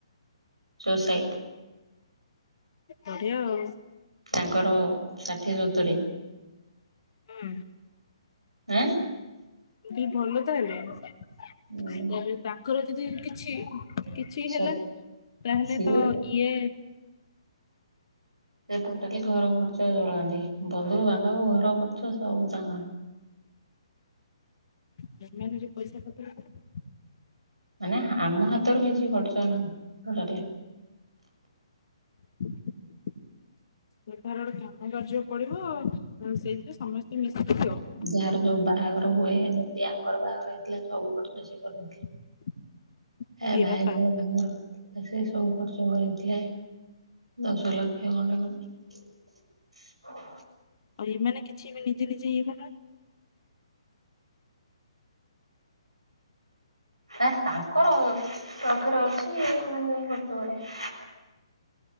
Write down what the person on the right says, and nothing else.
ସୋସାଇଟ୍।
ତାଙ୍କର ଷାଠିଏ-ସତୁରି।
ହାଁ?
ଉଁ
ସ
ସିଏ
ସେ ଟୋଟାଲି ଘର ଖର୍ଚ୍ଚ ଚଳାନ୍ତି। ବନ୍ଧୁବାନ୍ଧବ, ଘର ଖର୍ଚ୍ଚ ସବୁ ତାଙ୍କର।
ମାନେ ଆମ ହାତରୁ କିଛି ଖର୍ଚ୍ଚ ନାହିଁ ଘରେ।
ଯାହାର ଯୋଉ ବାହାଘର ହୁଏ, ଯେମିତି ଆଙ୍କର ବାହାଘର ହେଇଥିଲା ସବୁ ଖର୍ଚ୍ଚ ସିଏ କରନ୍ତି।
ହେ
ଭାଇଙ୍କର
ବାହାଘର। ସେ ସବୁ ଖର୍ଚ୍ଚ କରେଇ ଥିଲେ। ଦଶ ଲକ୍ଷ ଖଣ୍ଡେ। <inaudible>
ହାକ୍ ତାଙ୍କର ପାଖରେ ଅଛି ଏମାନେ କାଇଁ ଖର୍ଚ୍ଚ କରିବେ।